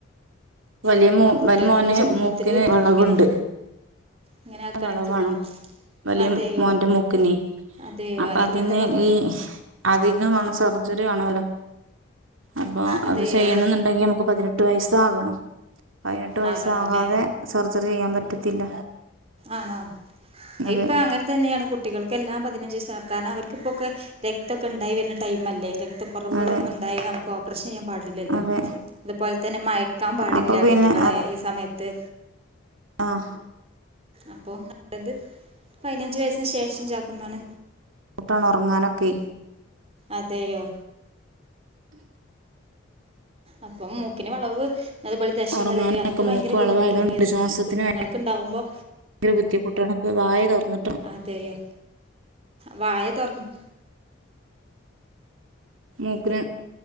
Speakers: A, on the right; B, on the right.
A: വലിയ
B: ഇപ്പോൾ
A: മോ
B: കുട്ടികളതാകുമ്പോൾ
A: വല മോനെ
B: ചെറുപ്പത്തില്
A: മൂക്കിന് വളവുണ്ട്
B: ഇങ്ങനെ ഇങ്ങനെ ആക്കണേ
A: വളവാണ്
B: സുഖാണ്
A: വലിയ
B: അതെയോ
A: മോന്റെ മൂക്കിനെ
B: അതെയോ
A: അപ്പൊ
B: അതിനെന്താ
A: അതിന്ന്
B: പറഞ്ഞേ
A: ഈ അതിന് വേണം സർജറി വേണോല്ലോ അപ്പൊ
B: അതെയോ
A: അത് ചെയ്യണം എന്നുണ്ടെങ്കി നമുക്ക് പതിനെ ട്ട് വയസ്സാകണം പതിനെട്ട് വയസ്സാകാതെ
B: ആകണം അല്ലേ
A: സർജറി ചെയ്യാൻ പറ്റത്തില്ല
B: ആണോ
A: അതെ
B: ഇപ്പൊ അങ്ങനെ തന്നെയാണ് കുട് ട്ടികൾക്കെല്ലാം പതിനഞ്ച്സ കാരണം അവർക്കിപ്പോക്കെ രക്തക്കെണ്ടായി വരുന്നടൈംല്ലേ രക്തം കുറവുകളൊന്നുണ്ടായില്ല
A: അതെ
B: നമുക്ക് ഓപ്പറേഷൻ ചെയ്യാൻ പാട് ടില്ലല്ലോ
A: അതെ
B: അതുപോലെ തന്നെ മയക്കാൻ പാടില്ല
A: അപ്പൊ പിന്നെ
B: കുട്ടികളെ ഈ സമയത്ത്
A: ആഹ്
B: അപ്പൊ അതത് പതിനഞ്ച് വയസ്സിന് ശേഷം ചാക്കുന്നാണ്
A: കൂട്ടണ ഉറങ്ങാനൊക്കെ
B: അതെയോ അപ്പം മൂക്കിന് വളവ് അതുപോലെ ദശ
A: ഉറങ്ങാനൊക്കെ
B: വളരി അതൊക്കെ ഭയങ്കര
A: മൂക്ക് വളവായതുകൊണ്ട്
B: ബുദ്ധിമുട്ടുള്ള കേസ്ന്നെയാണ്
A: ശ്വാസത്തിന്
B: കുഞ്ഞുങ്ങൾക്ക് ഉണ്ടാവുമ്പോ
A: ഭയങ്കര ബുദ്ധിമുട്ടാണ്പ്പൊ വായ തുറന്നിട്ടോ.
B: അതെയോ വായ തുറന്ന്.
A: മൂക്കിന്